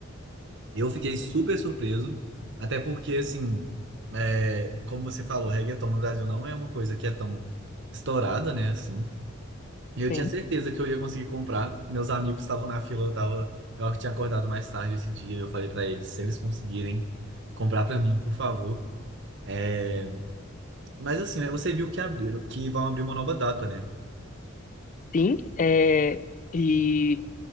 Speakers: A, on the right; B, on the left.
A: Eu fiquei super surpreso, até porque assim, é, como você falou, reggaeton no Brasil não é uma coisa que é tão estourada, né? Assim. Eu
B: Sim,
A: tinha certeza que eu ia conseguir comprar. Meus amigos estavam na fila, eu tava, eu acho que tinha acordado mais tarde esse dia. Eu falei pra eles, se eles conseguirem comprar pra mim, por favor. É, Mas assim, né? Você viu que abriram, que vão abrir uma nova data, né?
B: sim. é, e